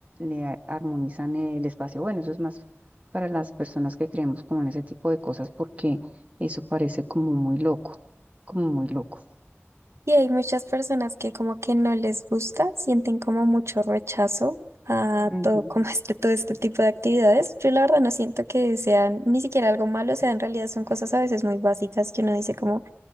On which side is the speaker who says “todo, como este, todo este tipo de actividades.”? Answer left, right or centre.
Right